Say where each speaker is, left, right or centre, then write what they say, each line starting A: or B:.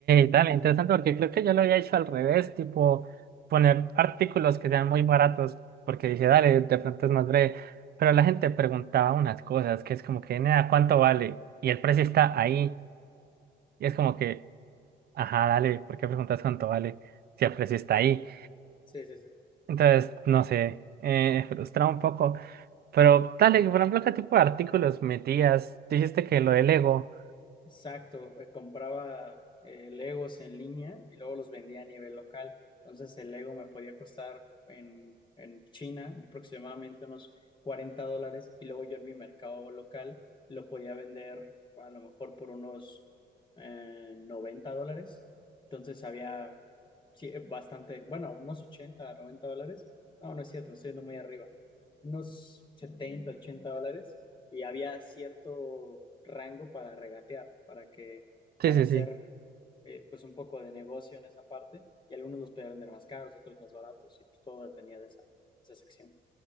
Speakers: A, on the right; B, on the left.
A: dale, interesante porque creo que yo lo había hecho al revés, tipo poner artículos que sean muy baratos, porque dije, dale, de pronto es más breve. Pero la gente preguntaba unas cosas que es como que, nada, ¿cuánto vale? Y el precio está ahí. Y es como que, ajá, dale, ¿por qué preguntas cuánto vale si el precio está ahí?
B: Sí, sí, sí.
A: Entonces, no sé, eh, <laughs> frustrado un poco. Pero dale, por ejemplo, ¿qué tipo de artículos metías? Dijiste que lo del ego.
B: Exacto, eh, compraba eh, Legos en línea y luego los vendía a nivel local. Entonces el Lego me podía costar en, en China aproximadamente unos 40 dólares y luego yo en mi mercado local lo podía vender a lo mejor por unos eh, 90 dólares. Entonces había sí, eh, bastante, bueno, unos 80, 90 dólares. No, no es cierto, me estoy yendo muy arriba. Unos 70, ochenta dólares y había cierto rango para regatear, para que,
A: Sí,
B: para
A: sí,
B: hacer
A: sí.
B: eh, pues un poco de negocio en esa parte, y algunos los podían vender más caros, otros más baratos, y pues todo dependía de esa, esa sección.